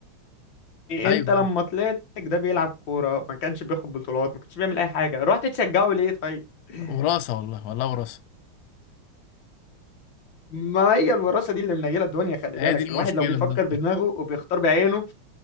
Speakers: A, on the left; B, on the left.
A: انت
B: ايوه
A: لما
B: أيوة.
A: طلعت ده بيلعب كورة ما كانش بياخد بطولات ما كانش بيعمل اي حاجة رحت تشجعه ليه طيب <laughs>
B: وراثه والله والله وراثه
A: ما هي الوراثة دي اللي منيلة الدنيا خلي
B: هي
A: بالك
B: دي المشكله
A: الواحد لو بيفكر
B: بالظبط
A: بدماغه وبيختار بعينه